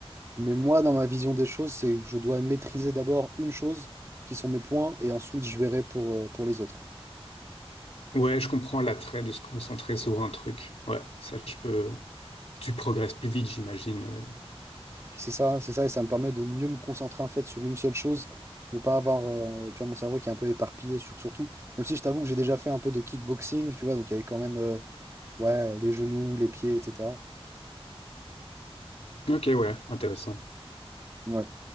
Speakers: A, on the right; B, on the left.
A: Mais moi, dans ma vision des choses, c'est que je dois maîtriser d'abord une chose, qui sont mes points, et ensuite je verrai pour, euh, pour les autres.
B: Ouais, je comprends l'attrait de se concentrer sur un truc. Ouais, ça, je peux. Tu progresses plus vite, j'imagine. Euh,
A: C'est ça, c'est ça, et ça me permet de mieux me concentrer en fait sur une seule chose, de pas avoir, euh, tu vois, mon cerveau qui est un peu éparpillé sur surtout. Même si je t'avoue que j'ai déjà fait un peu de kickboxing, tu vois, donc il y avait quand même, euh, ouais, les genoux, les pieds, etc.
B: Ok, ouais, intéressant.
A: Ouais.